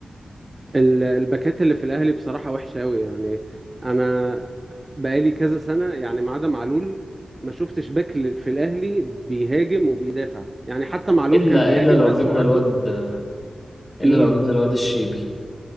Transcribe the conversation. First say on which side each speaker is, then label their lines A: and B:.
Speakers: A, on the right (about 25°); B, on the left (about 30°).
A: ال- الباكات اللي في الاهلي بصراحه وحشه قوي يعني انا بقالي كذا سنه يعني ما عدا معلول ما شفتش باك لل- في الاهلي بيهاجم وبيدافع يعني حتى معلول
B: إلا
A: كان بيهاجم
B: إلا لو
A: بس
B: جبنا
A: وعنده
B: الواد إلا
A: مين
B: لو جبنا الواد الشيبي